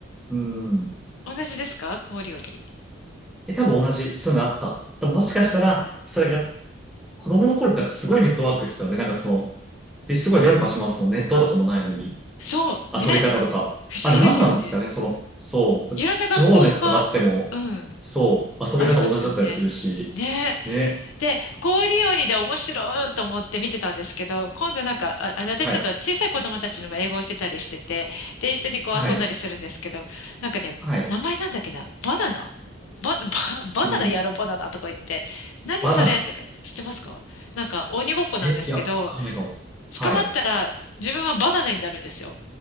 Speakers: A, in the centre; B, on the left.
A: うん。
B: 同じですか氷利用に。
A: え、多分同じ、そういうのあった。でももしかしたら、それが子供の頃ってなんかすごいネットワークですよね。なんかそう。で、すごい連覇しますもん。ネットとかもないのに。
B: そう、
A: 遊び方とか。
B: ね。不思議ですよね。
A: あれ何なんですかねその、そう。
B: いろんな学校が、
A: 地方のやつとかあっても、
B: うん、
A: そう。遊び方同じだったりするし。
B: ありますよね。ね。
A: ね。
B: で、氷鬼で面白いと思って見てたんですけど、今度なんか、あ、あの、私ちょっと小さい子供たちにも英語をしてたりしてて、
A: はい。
B: で、一緒にこう遊んだりするんですけど、
A: はい。
B: なんかね、
A: はい。
B: 名前なんだっけな、バナナバ、バ、<laughs>
A: うん。
B: バナナやろバナナとか言って、何それとか知ってますかなんか鬼ごっこなんですけど、
A: バナナ。え、いや、わかんないかも。はい。
B: 捕まったら自分はバナナになるんですよ。